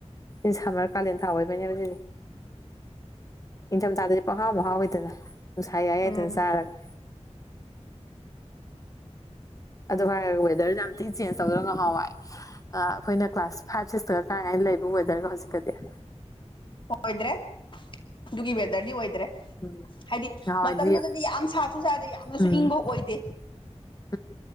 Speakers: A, on the left (about 30°); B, on the left (about 45°).
A: ꯏ ꯁꯃꯔ ꯀꯥꯂꯦꯟ ꯊꯥꯎꯑꯣ ꯑꯣꯏꯕꯅꯦꯕꯗꯤ ꯅꯤꯡꯊꯝꯊꯥꯗꯗꯤ ꯄꯈꯥ ꯃꯍꯥꯎ ꯑꯣꯏꯗꯅ ꯅꯨꯡꯁꯥꯏ ꯌꯥꯑ
B: ꯎꯝ
A: ꯑꯗꯨꯗꯅ ꯆꯥꯔꯒ ꯑꯗꯨ ꯐ ꯋꯦꯗꯔꯁ ꯌꯥꯝ ꯊꯤ ꯆꯦꯟꯖ ꯇꯧꯗꯔꯒ ꯃꯍꯍꯥꯎꯏ ꯑꯩꯈꯣꯏꯅ ꯀ꯭ꯂꯥꯁ ꯐꯥꯏꯚ ꯁꯤꯛꯁꯇꯒ ꯀꯥꯏ ꯀꯥꯏꯅ ꯂꯩꯕ ꯋꯦꯗꯔꯒ ꯍꯧꯖꯤꯛꯀ <inaudible>
B: ꯑꯣꯏꯗ꯭ꯔꯦ ꯑꯗꯨꯒꯤ ꯋꯦꯗꯔꯗꯤ ꯑꯣꯏꯗ꯭ꯔꯦ
A: ꯎꯝ
B: ꯍꯥꯏꯗꯤ
A: ꯅꯍꯥꯟꯋꯥꯏꯗꯤ
B: ꯃꯇꯝꯗꯨꯗꯗꯤ ꯌꯥꯝ ꯁꯥꯁꯨ ꯁꯥꯗꯦ ꯌꯥꯝ ꯑꯗꯨꯁꯨ
A: ꯎꯝ
B: ꯏꯪꯕ ꯑꯣꯏꯗꯦ
A: <inaudible>